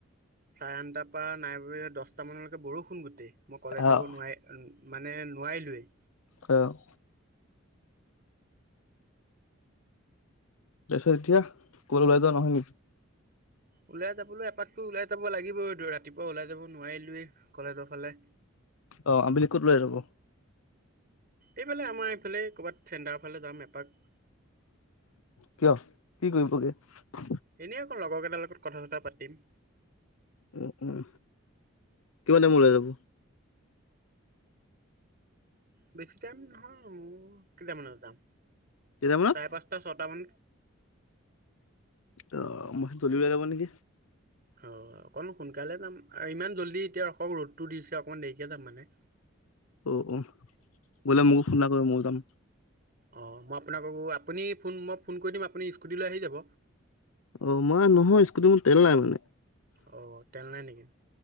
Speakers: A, on the right (about 45°); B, on the left (about 85°).
A: চাৰে আনটা পৰা নাই বোলি দশটা মানলৈকে বৰষুণ গোটেই মই কলেজ
B: আহ
A: যাব নোৱাৰি মানে নোৱাৰিলোয়ে।
B: অ'। তাৰ পিছতছ এতিয়া কলৈ ওলাই যোৱা নহয় নেকি?
A: ওলাই যাবলৈ এপাতকৈ ওলাই যাব লাগিবই। ৰাতিপুৱা ওলাই যাব নোৱাৰিলোৱেই কলেজৰ ফালে।
B: অ', আবেলি ক'ত ওলায় যাব।
A: এইফালে আমাৰ এইফালে ক'ৰবাত চেণ্টাৰ ফালে যাম এপাক।
B: কিয় কি কৰিব গৈ?
A: এনেই আকৌ লগৰ কেইটাৰ লগত কথা চথা পাতিম।
B: উম, উম, কিমান টাইম ওলাই যাব?
A: বেছি টাইম নহয় কেইটামানত যাম
B: কেইটা মানত
A: চাৰে পাঁচটা ছয়টা মান
B: ত' মই জল্দি উলাই যাব নেকি?
A: অ', অকণ সোনকালে যাম আৰু ইমান জল্দি এতিয়া ৰসক ৰ'দটো দিছে অকন দে যাম মানে
B: অ', অ', বোলে মোকো ফোন এটা কৰিব ময়ো যাম।
A: অ', মই আপোনাকক আপুনি ফোন মই ফোন কৰি দিম আপুনি স্কুটিলৈ আহি যাব।
B: অ', মই নহয় স্কুটি মোৰ তেল নাই মানে।
A: অ', তেল নাই নেকি